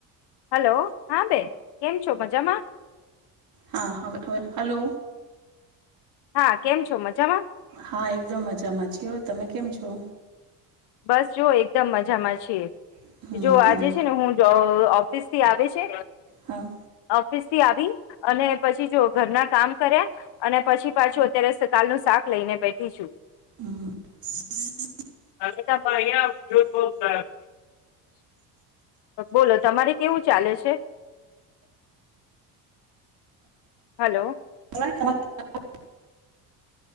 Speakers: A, on the left; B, on the right.
A: hello, હા બેન, કેમ છો? મજામાં?
B: હા, હવે-હવે, હલો
A: હા, કેમ છો? મજામાં?
B: હા, એકદમ મજામાં છીઓ, તમે કેમ છો?
A: બસ, જો એકદમ મજામાં છીએ,
B: હમ
A: જો
B: હમ
A: આજે છે ને હું જ અ ઓફિસથી આવે છે
B: હા
A: ઓફિસથી આવી અને પછી, જો ઘરના કામ કર્યા અને પછી પાછો અત્યારે સકાલનું શાક લઈને બેઠી છું.
B: હમ્મ. <inaudible>
A: <unintelligible> બોલો, તમારે કેવું ચાલે છે? Hello
B: <inaudible>